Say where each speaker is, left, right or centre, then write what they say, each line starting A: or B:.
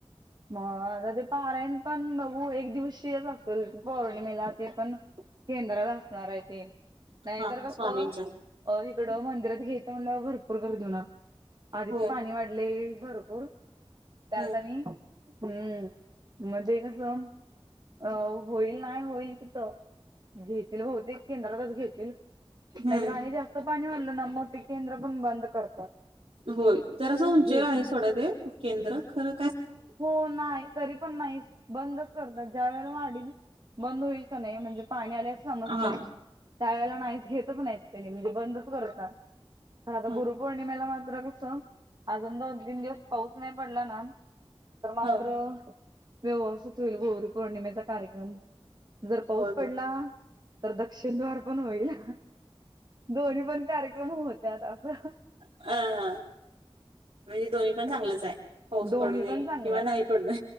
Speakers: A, on the right; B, on the right.
A: मग आता ते पारायन पण बघू एक दिवशीच असेल पौर्णिमेला ते पण. केंद्रात असणार आहे ते नाहीतर
B: हा स्वामींच्या
A: कसं इकडं मंदिरात घेत. म्हणल्या वर म्हणल भरपूर गर्दी होणार आधीच
B: होय
A: पाणी वाढले भरपूर. त्या
B: हम्म
A: आणि हम्म मध्ये कसं अ होईल नाही होईल तिथे घेतील बहुतेक केंद्रातच घेतील.
B: हम्म
A: नाहीत राणी जास्त पाणी वाढलं मग ते केंद्र पण बंद करतात.
B: होय तर असं उंचेवर
A: घेत
B: आहे
A: नाही
B: थोड ते केंद्र खर.
A: हो नाही तरी पण नाही बंदच करतात ज्या वेळेला वाढ बंद होईल की नाही म्हणजे पाणी आल्या अस समजते
B: हा
A: त्या वेळेला नाहीच घेतच नाहीत त्यानी म्हणजे बंदच करतात. खर आता
B: हा
A: गुरुपौर्णिमेला मात्र कसं अजून दोन तीन दिवस पाऊस नाही पडला ना. तर मात्र
B: हा
A: व्यवसच होईल गौरी पौर्णिमेचा कार्यक्रम. जर पाऊस
B: होय
A: पडला
B: होय
A: तर दक्षिणद्वार पण होईल दोन्ही पण कार होत्यात आप
B: अ हा म्हणजे दोन्ही पण चांगलच आहे पाऊस
A: दोन्ही
B: पडूदे
A: पण चांगलाय
B: किंवा नाही पडदे.